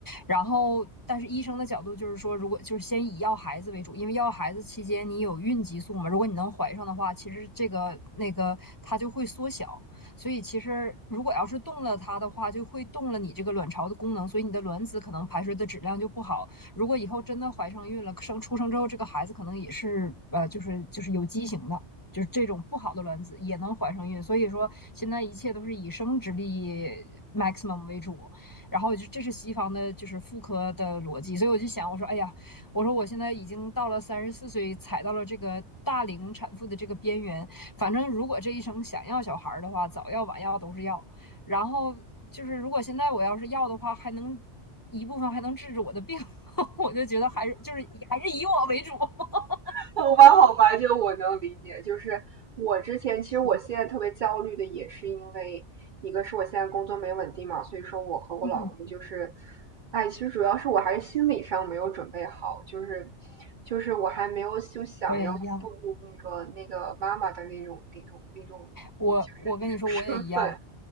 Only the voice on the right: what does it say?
<laughs> 好吧，好吧，就我能理解。就是我之前，其实我现在特别焦虑的，也是因为一个是我现在工作没稳定嘛，所以说我和我老公就是，
哎，其实主要是我还是心理上没有准备好，就是就是我还没有就想要步入那个那个妈妈的那种那种那种，
就是那种身份。